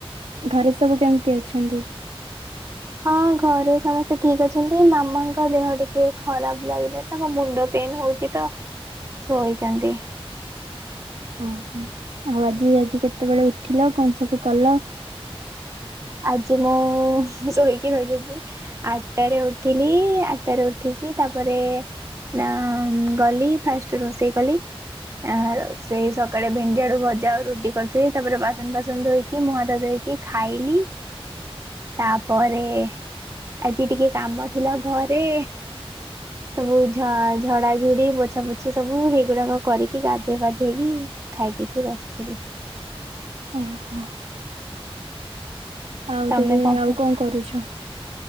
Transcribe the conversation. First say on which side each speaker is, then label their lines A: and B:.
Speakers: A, on the right; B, on the right.
A: ଘରେ ସବୁ କେମିତି ଅଛନ୍ତି?
B: ହଁ ଘରେ ସମସ୍ତେ ଠିକ ଅଛନ୍ତି ମାମାଙ୍କ ଦେହ ଟିକେ ଖରାପ ଲାଗିଲା ତାଙ୍କ ମୁଣ୍ଡ ପେନ ହଉଛି ତ ଶୋଇଛନ୍ତି
A: ଓହୋ ଆଉ ଆଜି ଆଜି କେତେବେଳେ ଉଠିଲ କଣ ସବୁ କଲ
B: ଆଜି ମୁଁ ଶୋଇକି ରହି ଯାଇଥିଲି ଆଠଟାରେ ଉଠିଲି ଆଠଟାରେ ଉଠିକି ତାପରେ ନା ଗଲି ଫାଷ୍ଟ ରୋଷେଇ କଲି ଆ ସେଇ ସକାଳେ ଭେଣ୍ଡିଆଳୁ ଭଜା ଆଉ ରୁଟି କରିଥିଲି ତାପରେ ବାସନ ଫାସନ ଧୋଇକି କି ମୁହଁ ହାତ ଧୋଇକି ଖାଇଲି ତାପରେ ଆଜି ଟିକେ କାମ ଥିଲା ଘରେ ସବୁ ଝ ଝଡାଝୁଡି ବୋଛା ପୋଛି ସବୁ ହେଇଗୁଡାକ କରିକି ଗାଧେଇବାଧେଇକି ଖାଇ ପିକି ବସିଥିଲି
A: ଓହୋ ଆଉ
B: ତମେ
A: ତେବେ
B: କର?
A: ଆଉ କଣ କରୁଛ